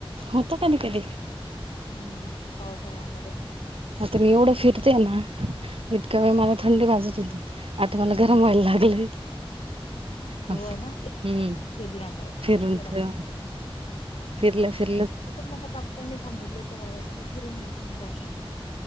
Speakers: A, on the right; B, on the left.
A: होत कधी कधी
B: हम्म, पावसाळ्यामध्ये.
A: आता मी एवढ फिरते ना, इतक्या वेळ मला थंडी वाजत होती. आता मला
B: हम्म
A: गरम व्हायला लागलंय.
B: हो
A: अस,
B: ना
A: हम्म
B: फिरल्यामुळे
A: फिरून-फिरून.
B: गरम होत असेल हं.
A: फिरल्या फिर
B: ते पण मता डॉक्टरने सांगितलंय मला, तर मग फिरून घ्यायचं मग, काय करानार?